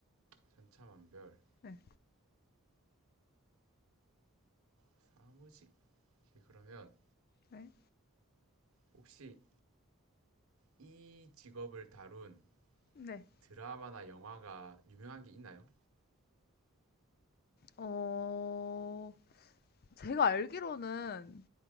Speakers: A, on the right; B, on the left.
A: 천차만별.
B: 네,
A: 사무직? 예, 그러면
B: 네,
A: 혹시 이 직업을 다룬
B: 네.
A: 드라마나 영화가 유명한 게 있나요?
B: 어, 제가 알기로는